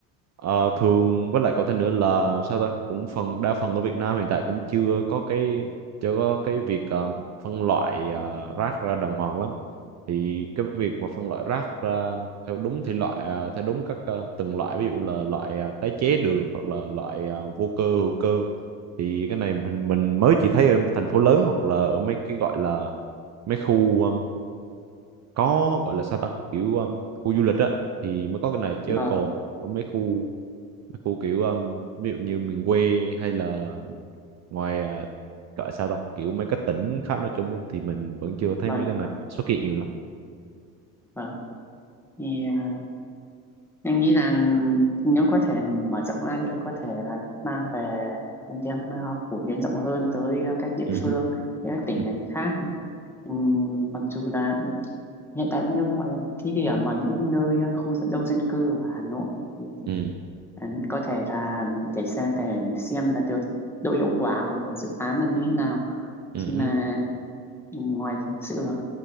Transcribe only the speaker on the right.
Ờ, thường với lại cậu thêm nữa là sao ta cũng phần đa phần ở Việt Nam hiện tại cũng chưa có cái chưa có cái việc ờ, phân loại ờ, rác ra đàng hoàng lắm thì cái việc mà phân loại rác ra theo đúng thể loại ờ, theo đúng các ờ, từng loại ví dụ là loại ờ, tái chế được hoặc là loại ờ, vô cơ hữu cơ thì cái này mình mình mới chỉ thấy ở thành phố lớn hoặc là ở mấy cái gọi là mấy khu có gọi là sao ta kiểu um, khu du lịch á thì mới có cái này chứ
còn ở mấy khu mấy khu kiểu um, ví dụ như miền quê hay là ngoài à, gọi là sao ta kiểu mấy cái tỉnh khác nói chung á, thì mình vẫn chưa thấy
mấy cái này
xuất hiện nhiều lắm
ừ
hứ,
ừ
ừ
ừ